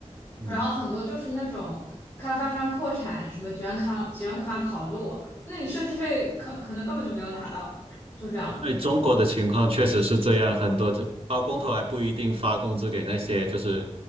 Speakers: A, on the right; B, on the left.
A: 嗯，
B: 然后很多就是那种开发商破产，什么卷款卷款跑路，那你设计费可可能根本就没有拿到，就这样的。
A: 哎，中国的情况确实是这样，很多就包工头还不一定发工资给那些就是